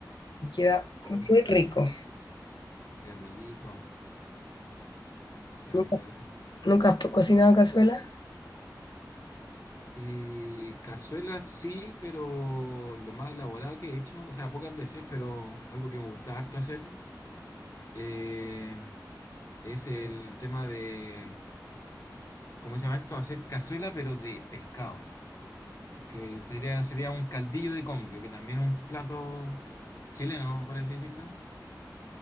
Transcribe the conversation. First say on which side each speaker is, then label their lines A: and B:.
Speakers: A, on the left; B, on the left.
A: Y queda
B: Oh,
A: muy rico.
B: qué rico, qué
A: ¿Nunca,
B: rico eso.
A: nunca has cocinado cazuela?
B: Y cazuelas sí, pero lo más elaborado que he hecho, o sea, pocas veces, pero algo que me gusta harto hacer, eh, es el tema de, ¿cómo se llama esto? Hacer cazuela, pero de pescado. que sería, sería un caldillo de congrio, que también es un plato chileno, por así decirlo.